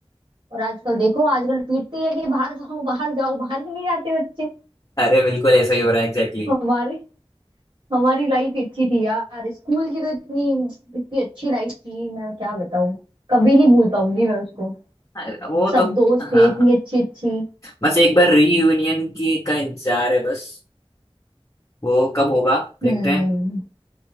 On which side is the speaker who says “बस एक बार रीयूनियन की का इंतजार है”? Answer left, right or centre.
Left